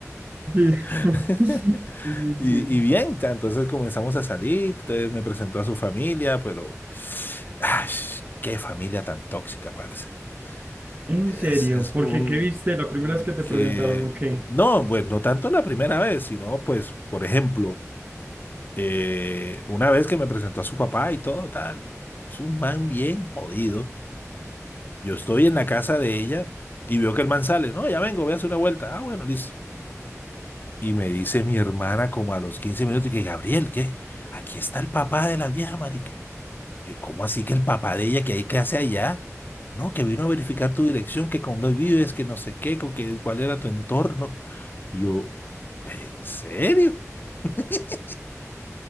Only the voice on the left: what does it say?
<laughs>
Y,
y bien, ta, entonces comenzamos a salir, entonces me presentó a su familia, pero, <sighs> ay, qué familia tan tóxica, parce.
Es,
es
un,
porque,
no, pues no tanto la primera vez, sino pues, por ejemplo, eh, una vez que me presentó a su papá y todo, tal, es un man bien jodido. Yo estoy en la casa de ella y veo que el man sale, no, ya vengo, voy a hacer una vuelta. Ah, bueno, listo. Y me dice mi hermana como a los 15 minutos, y que Gabriel, ¿qué? Aquí está el papá de la vieja, yo, ¿cómo así que el papá de ella, que ahí, qué hace allá? No, que vino a verificar tu dirección, que con dónde vives, que no sé qué, con que, cuál era tu entorno. Yo, ¿en serio? <laughs>